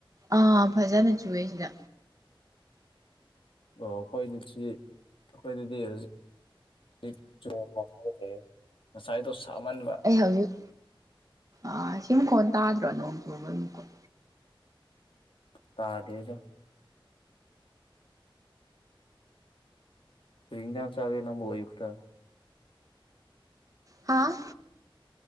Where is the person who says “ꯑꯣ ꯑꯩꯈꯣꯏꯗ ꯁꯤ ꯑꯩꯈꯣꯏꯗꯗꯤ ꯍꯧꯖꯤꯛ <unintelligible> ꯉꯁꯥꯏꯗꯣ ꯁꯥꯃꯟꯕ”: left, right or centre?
Left